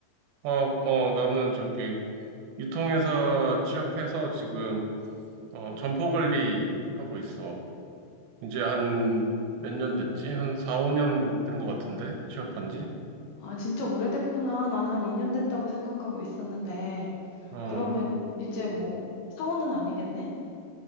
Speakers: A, on the right; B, on the left.
A: 어, 어, 나는 저기 유통회사 취업해서 지금 어, 점포 관리 하고 있어. 이제 한 몇 년 됐지? 한 4, 5년 된 것 같은데? 취업한 지?
B: 아, 진짜 오래됐구나. 난 한 2년 됐다고 생각하고 있었는데.
A: 어,
B: 그러면 이제 뭐, 사원은 아니겠네?